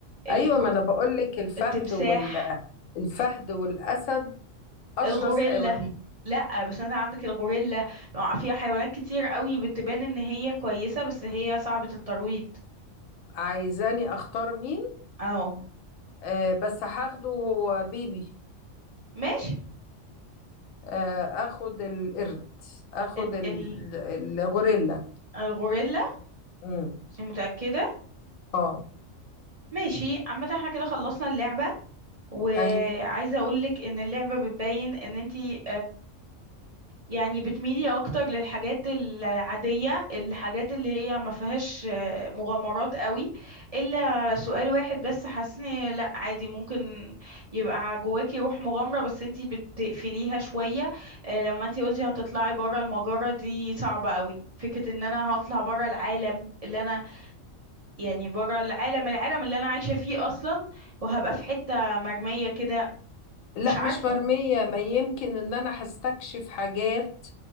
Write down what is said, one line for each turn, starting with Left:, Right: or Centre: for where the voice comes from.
Right: الكر...
Left: أيوة ما أنا بقول لك الفهد
Right: التمساح
Left: وال الفهد والأسد أشرس
Right: الغوريلا
Left: حيوانين
Right: لا بس انت عندك الغوريلا مع- في حيوانات كتير قوي بتبان ان هي كويسة بس هي صعبة الترويض
Left: عايزاني اختار مين
Right: اه
Left: آه بس هاخده هو بيبي
Right: ماشي
Left: آه اخد القرد اخد
Right: ال...
Left: ال-
Right: ال...
Left: الغوريلا
Right: الغوريلا
Left: امم
Right: أنت متأكدة
Left: اه
Right: ماشي عامة احنا كده خلصنا اللعبة وعايزة
Left: اي
Right: اقولك ان اللعبة بتبين ان انتي يعني بتميلي اكتر للحاجات العادية الحاجات اللي هي ما فيهاش آه، مغامرات قوي الا سؤال واحد بس حاسني لا عادي ممكن يبقى جواكي روح مغامرة بس انتي بتقفليها شوية آه، لما انتي قلتي هتطلعي برا المجرة دي صعبة قوي فكرة ان انا هطلع برا العالم اللي انا يعني برا العالم العالم اللي انا عايشة فيه اصلا وهبقى في حتة مرمية كده
Left: لا
Right: مش عارفة
Left: مش مرمية ما يمكن ان انا هستكشف حاجات